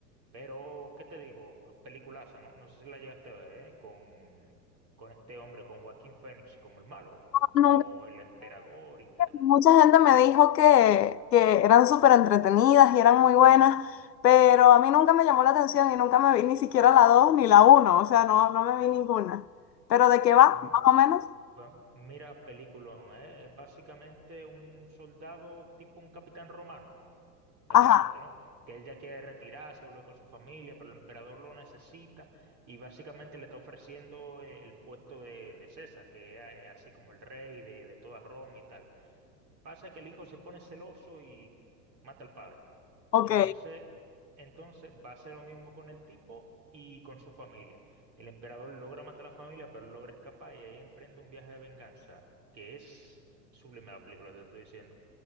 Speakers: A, on the right; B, on the left.
A: Pero, ¿qué te digo? Peliculaza, ¿no? No sé si la llegaste a ver, ¿eh? Con, con este hombre, con Joaquín Phoenix, como el malo,
B: nunca,
A: como el emperador y tal.
B: mucha gente me dijo que, que eran súper entretenidas y eran muy buenas, pero a mí nunca me llamó la atención y nunca me vi ni siquiera la 2 ni la uno, o sea, no, no me vi ninguna. ¿Pero de qué va,
A: Pues
B: más o menos?
A: Bueno, mira, peliculón, ¿eh? Es básicamente un soldado tipo un capitán romano, básicamente,
B: Ajá,
A: ¿no? Que él ya quiere retirarse, volver con su familia, pero el emperador lo necesita y básicamente le está ofreciendo eh, el puesto de, de César, que es eh, así como el rey de, de toda Roma y tal. Pasa que el hijo se pone celoso y mata al padre.
B: ok,
A: Entonces, entonces va a ser lo mismo con el tipo y con su familia. El emperador logra matar a la familia, pero logra escapar y ahí emprende un viaje de venganza, que es sublime la película, te estoy diciendo.